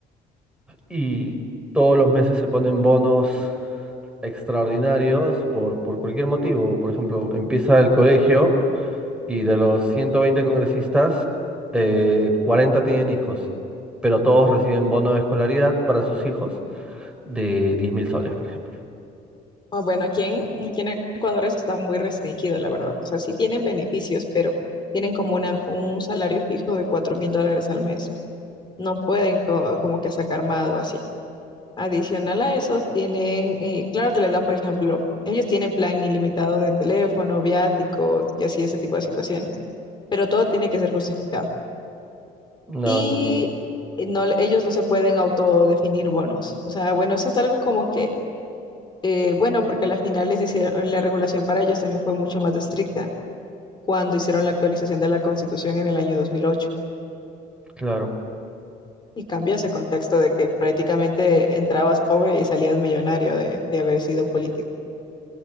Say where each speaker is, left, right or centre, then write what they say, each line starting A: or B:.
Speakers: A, in the centre; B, on the left.
A: y todos los meses se ponen bonos extraordinarios por, por cualquier motivo. Por ejemplo, empieza el colegio y de los 120 congresistas, eh, 40 tienen hijos, pero todos reciben bono de escolaridad para sus hijos de 10 mil soles, por ejemplo.
B: Ah, Bueno, aquí en, aquí en Ecuador eso está muy restringido, la verdad. O sea, sí tienen beneficios, pero tienen como una, un salario fijo de cuatro mil dólares al mes. No pueden co- como que sacar más o así. Adicional a eso, tienen, eh, claro que les dan, por ejemplo, ellos tienen plan ilimitado de teléfono, viáticos y así ese tipo de situaciones, pero todo tiene que ser justificado.
A: No,
B: y
A: no, no,
B: no, ellos no se pueden autodefinir bonos. O sea, bueno, eso es algo como que, eh, bueno, porque a la final les hicieron, la regulación para ellos también fue mucho más estricta cuando hicieron la actualización de la Constitución en el año dos mil ocho
A: claro,
B: Y cambió ese contexto de que prácticamente entrabas pobre y salías millonario de, de haber sido político.